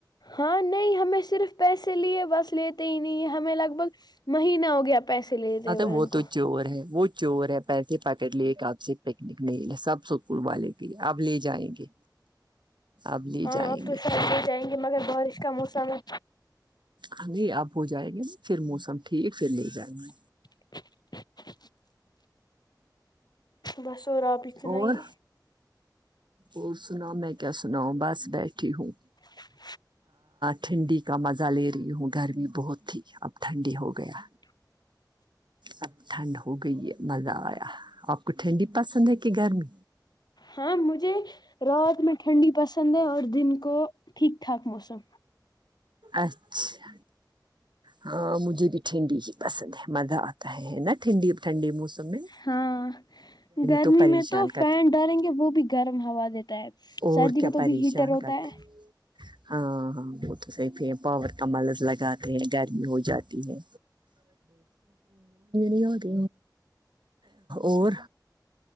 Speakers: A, on the left; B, on the right.
A: ہاں نہیں ہمیں صرف پیسے لیے بس لیتے ہی نہیں ہیں ہمیں لگ بھگ مہینہ ہو گیا پیسے لیتے
B: اھا
A: ہوئے
B: وہ
A: ان
B: تو
A: کو
B: چور ہے وہ چور ہے پیسے پاکٹ لے کے آپ سے پکنک نہیں لے سب سکول والے کے آپ لے جائیں گے اب لے
A: ہاں
B: جائیں
A: اب تو
B: گے
A: شاد ہو جائیں گے مگر بارش کا موسم ہے
B: ہم نہیں آپ ہو جائیں گے نا پھر موسم ٹھیک پھر لے جائیں گے
A: <unintelligible> بس ہو راپی چنائی
B: اور
A: ہے
B: اور سنا میں کیا سنا ہوں بس بیٹھی ہوں
A: <unintelligible>
B: ٹھنڈی کا مزہ لے رہی ہوں گرمی بہت تھی اب ٹھنڈی ہو گیا
A: <inaudible>
B: اب ٹھنڈ ہو گئی ہے مزہ آیا آپ کو ٹھنڈی پسند ہے کہ گرمی
A: ہاں مجھے رات میں ٹھنڈی پسند ہے اور دن کو ٹھیک ٹھاک موسم
B: اچھا ہاں مجھے بھی ٹھنڈی ہی پسند ہے مزہ آتا ہے نا ٹھنڈی ٹھنڈے موسم میں
A: ہاں گرمی
B: تو پریشان
A: میں تو
B: کرتا
A: فین
B: ہے
A: ڈالیں گے وہ بھی گرم ہوا دیتا ہے
B: اور
A: سردی
B: کیا
A: میں تو
B: پریشان
A: بھی ہیٹر ہوتا
B: کتے
A: ہے
B: ہاں ہاں وہ تو صحف ہے پاور کا ملز لگاتے ہیں گرمی ہو جاتی ہے نہیں آ گ اور